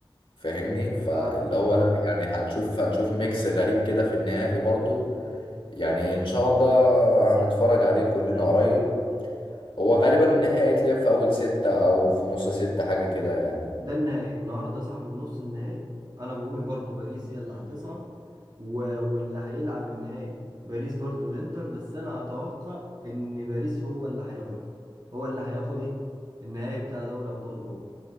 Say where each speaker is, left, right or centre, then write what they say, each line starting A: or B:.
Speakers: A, on the left; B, on the right.
A: فاهمني فاللي
B: اه
A: هو لا يعني هنشوف هنشوف ميكس غريب كده في النهائي برضو يعني ان شاء الله هنتفرج عليه كلنا قريب هو غالبا النهائي اتلعب في اول ستة او في نص ستة حاجة كده يعني
B: ده النهائي النهارده صاحب النص النهائي انا بقول برضو باريس هي اللي هتصعد و... واللي هيلعب النهائي باريس برضو الانتر بس انا اتوقع ان باريس هو اللي هياخدها هو اللي هياخد ايه النهائي بتاع دوري ابطال اوروبا